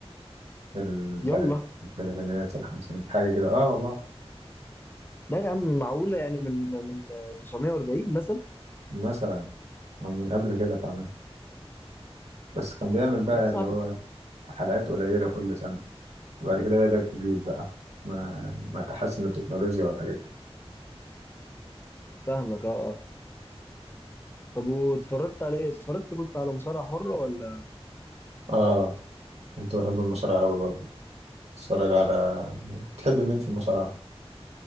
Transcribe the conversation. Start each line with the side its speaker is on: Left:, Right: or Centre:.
Right: في التلات-
Left: يلا
Right: في الثلاثينات في الخمسينات حاجة كده اه والله
Left: لا يا عم معقولة يعني من من 940 مثلا
Right: مثلا أو من قبل كده كمان بس كان بيعمل بقى
Left: يا صاحبي
Right: اللي هو حلقات قليلة كل سنة وبعد كده بدأت تزيد بقى ما ما تحسن التكنولوجيا والحاجات دي
Left: فاهمك اه آه. طب واتفرجت على ايه؟ اتفرجت كنت على مصارعة حرة ولا
Right: اه انتوا بتحبوا المصارعة أوي برضه اتفرج على تحب مين في المصارعة؟